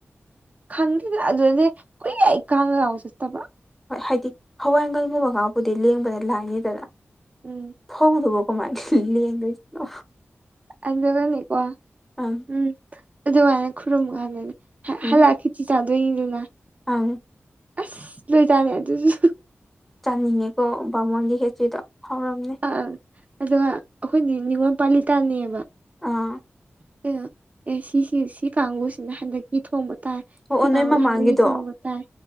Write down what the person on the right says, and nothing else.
ꯈꯪꯗꯦꯗꯅ ꯑꯗꯨꯗꯗꯤ ꯀꯨꯏ ꯑꯩ ꯈꯥꯡꯉꯒ ꯂꯥꯎꯁꯤ ꯇꯕ
ꯎꯝ
ꯑꯗꯒꯅꯤꯀ
ꯎꯝ ꯑꯗꯨꯃꯥꯏꯅ ꯈꯨꯔꯨꯝꯃꯀꯥꯟꯗꯅꯤ
ꯍꯜꯂꯛ ꯈꯤꯇꯤ ꯆꯥꯗꯣꯏꯅꯤꯗꯅ
ꯑꯁ ꯂꯣꯏꯖꯅꯤ ꯑꯗꯨꯁꯨ
ꯑꯥ ꯑꯗꯨꯒ ꯑꯩꯈꯣꯏꯗꯤ ꯅꯤꯉꯣꯣꯟꯜ ꯄꯥꯂꯤꯇꯥꯅꯦꯕ
ꯀꯩꯅꯣ ꯑꯦ ꯁꯤꯁꯤ ꯁꯤ ꯀꯥꯡꯕꯨꯁꯤꯅ ꯍꯟꯗꯛꯀꯤ ꯊꯣꯡꯕ ꯇꯥꯏ
ꯁꯤ
ꯀꯥꯡꯕꯨꯅ
ꯍꯟꯗꯛꯀꯤ ꯊꯣꯡꯕ ꯇꯥꯏ